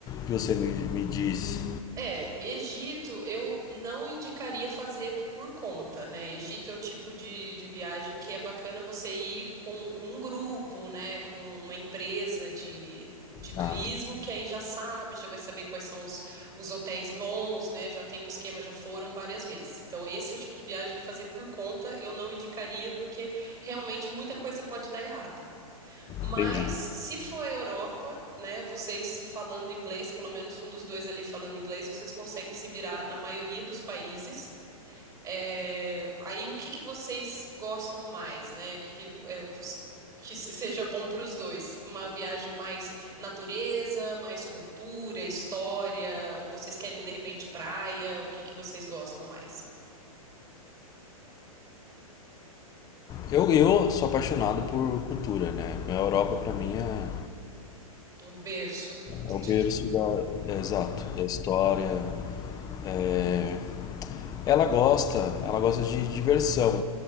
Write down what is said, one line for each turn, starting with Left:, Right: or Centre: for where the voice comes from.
Left: que você me, me disse.
Right: É, Egito eu não indicaria fazer por conta, né? Egito é o tipo de, de viagem que é bacana você ir com, com um grupo, né? Com uma empresa de, de turismo
Left: Ah,
Right: que aí já sabe, já vai saber quais são os, os hotéis bons, né? Já tem um esquema, já foram várias vezes. Então, esse é o tipo de viagem que fazer por conta eu não indicaria, porque realmente muita coisa pode dar errado. Mas
Left: entendi.
Right: se for a Europa, né, vocês falando inglês, pelo menos um dos dois ali falando inglês, vocês conseguem se virar na maioria dos países. É, aí o que que vocês gostam mais, né? O que que, é, você- que se- seja bom para os dois? Uma viagem mais natureza, mais cultura, história, ou vocês querem de repente praia? O que que vocês gostam mais?
Left: Eu, eu sou apaixonado por cultura, né? A Europa pra mim é,
Right: É o berço <laughs>
Left: é o
Right: de
Left: berço
Right: tudo.
Left: da, é, exato, da história. É, ela gosta, ela gosta de diversão.